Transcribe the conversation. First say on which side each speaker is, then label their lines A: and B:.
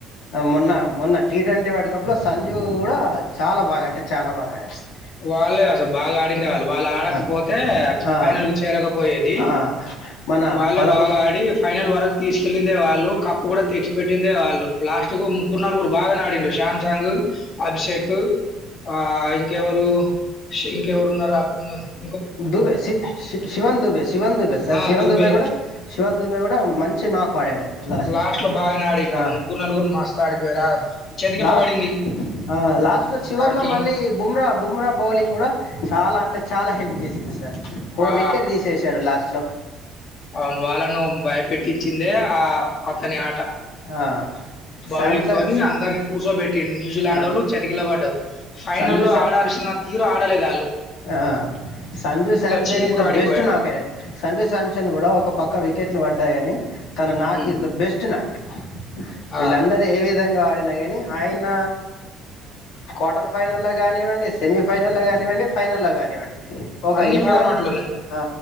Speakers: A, on the left; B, on the left.
A: మొన్నా మొన్నా టీ ట్వంటీ వరల్డ్ కప్లో సంజీవ్ కూడా చాలా బాగా అంటె చాలా బాగా ఆడాడు సార్
B: వాళ్ళే అసలు బాగా ఆడిందే వాళ్ళు వాళ్ళు ఆడకపోతే
A: ఆ, ఆ,
B: ఫైనల్కు చేరకపోయేది.
A: ఆ, మన
B: వాళ్ళే
A: పదకొండు
B: బాగా ఆడి ఫైనల్ ల్ వరకు తీసుకెళ్ళి రే వాళ్ళు కప్పు కూడా తెచ్చి పెట్టిందే వాళ్ళు లాస్ట్కు ముగ్గురు నలుగురు బాగానే ఆడిండు శామ్సంగ్ అభిషేక్ ఆ ఇంకెవరు ఇంకెవరు ఉన్నారు అర్దం కాల
A: దుబే శివన్ దుబే శివన్ దూబే సర
B: ఆ!
A: శివన్
B: 'దూబే'
A: దుబే గూడ శివన్ దూబే కూడా మంచి నాకు ఆడాడు. లాస్ట్
B: లాస్ట్‌లో బాగానే ఆడిండు.
A: ఆ
B: ముగ్గురు, నలుగురు మస్తు ఆడిపోయారు. ఆ చేతికెళ్ళ
A: లాస్ట్
B: పడింది
A: లాస్ట్ లో చివర్
B: ఆ
A: లో
B: టీమ్.
A: మళ్ళీ బుమ్రా బుమ్రా బౌలింగ్ గుడా చాలా అంటే చాలా హెల్ప్ చేసి చూస ఫోర్
B: ఆ!
A: వికెట్ తీసేషాడు లాస్ట్ ట్లో
B: అవును వాళ్ళను బయపెట్ చిందే ఆ అతని ఆట
A: ఆ,
B: బౌలింగ్
A: శాంసంగ్
B: తోని అందరిని కూర్చోబెట్టి న్యూజిలాండోల్లు
A: ఆ,
B: చతికిల్లబడ్డార్ ఫైనల్
A: సంజు
B: లో
A: శామ్
B: ఆడాల్సిన తీరు ఆడలేదు ఆళ్ళు
A: ఆ సంజు సమ్సన్
B: చీప్‌గా
A: ఇస్ ద
B: ఆడిపోయారు.
A: బెస్ట్ నాకె సంజు శామ్సన్ కూడా ఒక పక్క వికెట్లు పడ్డాయని తన నాక్
B: హ్మ్.
A: ఇస్ ద బెస్ట్ నాక్ ఆ వీళ్లందరూ
B: ఆ!
A: ఏవి విధంగా ఆడిన గాని ఆయన క్వార్టర్ ఫైనల్లో కానివ్వండి సెమీ ఫైనల్లో కానివ్వండి ఫైనల్లో గానివ్వండి ఒక
B: అన్ని
A: ఎటువంటి
B: ఫార్మాట్‌లోనే.
A: ఆ